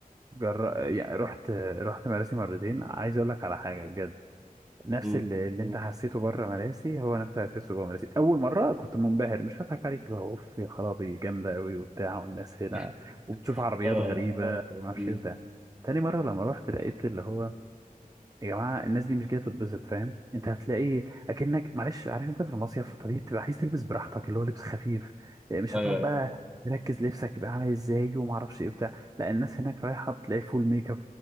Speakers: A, on the right; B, in the centre.
A: جر... يعني رحت رحت مراسي مرتين عايز اقول لك على حاجه بجد نفس
B: مم.
A: اللي, اللي انت مم. حسيته بره مراسي هو نفس اللي حسيته جوه مراسي اول مره كنت منبهر مش هضحك عليك اللي هو اوف يا خرابي جامده قوي وبتاع والناس هنا
B: <laughs>
A: وبتشوف عربيات
B: اه
A: غريبه اه وما اعرفش
B: مم.
A: ايه وبتاع تاني مره لما رحت لقيت اللي هو يا جماعه الناس دي مش جايه تتبسط فاهم انت هتلاقي اكنك معلش عارف انت في المصيف طبيعي تبقى عايز تلبس براحتك اللي هو لبس خفيف إيه، مش
B: ايوه
A: هتقعد
B: ايوه
A: بقى تركز لبسك يبقى عامل ازاي وما اعرفش ايه بتاع لا الناس هناك رايحه بتلاقي فول ميك اب